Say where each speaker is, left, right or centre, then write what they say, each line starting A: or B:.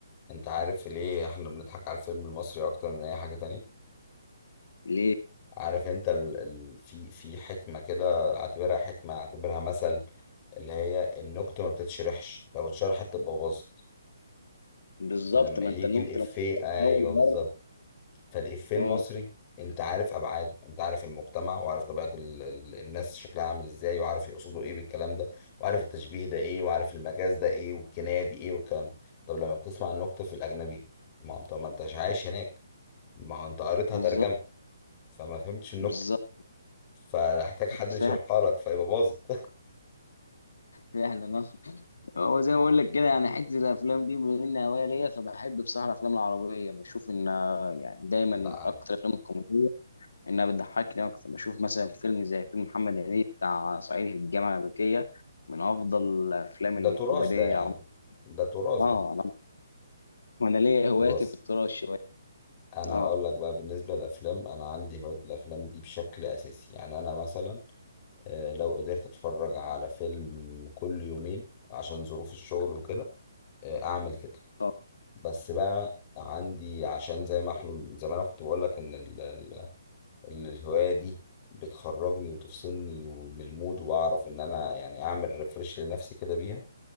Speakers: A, on the left; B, on the left.
A: انت عارف ليه احنا بنضحك على الفيلم المصري اكتر من اي حاجة تانية
B: ليه
A: عارف انت ال... ال... في في حكمة كده اعتبرها حكمة اعتبرها مثل اللي هي النكتة ما بتتشرحش لو اتشرحت تبقى باظت
B: بالظبط
A: فلما
B: ما
A: يجي
B: انت النكته
A: الإفيه
B: لما كنت
A: ايوه
B: اول مره
A: بالظبط فالإفيه المصري
B: اه
A: انت عارف ابعاده انت عارف المجتمع وعارف طبيعة ال... ال... الناس شكلها عامل ازاي وعارف يقصدوا ايه بالكلام ده وعارف التشبيه ده ايه وعارف المجاز ده ايه والكناية دي ايه والكلام ده طب لما بتسمع النكتة في الأجنبي ما انت ما انتش عايش هناك ما هو انت قريتها
B: بالظبط
A: ترجمة فما فهمتش النكتة
B: بالظبط
A: فهحتاج حد يشرحها
B: فعلا
A: لك فيبقى باظت
B: فعلا اه هو زي ما بقول لك كده يعني حته الافلام دي بما انها هوايه ليا فبحب بصراحه الافلام العربيه بشوف ان يعني دايما
A: لا انا
B: اكتر الافلام الكوميديه انها بتضحكني اكتر بشوف مثلا فيلم زي فيلم محمد هنيدي بتاع صعيدي في الجامعه الامريكيه من افضل الافلام الكوميديه
A: ده تراث ده يا
B: العربيه
A: عم ده تراث
B: اه
A: ده
B: انا انا ليا هواياتي
A: بص
B: في التراش شويه
A: انا
B: اه
A: هقول لك بقى بالنسبه للافلام انا عندي هوايه الافلام دي بشكل اساسي يعني انا مثلا آه، لو قدرت اتفرج على فيلم كل يومين عشان ظروف الشغل وكده آه، اعمل كده
B: اه
A: بس بقى عندي عشان زي ما احنا زي ما انا كنت بقول لك ان ال- ال- ال- الهوايه دي بتخرجني وتفصلني من المود وبعرف ان انا يعني اعمل ريفرش لنفسي كده بيها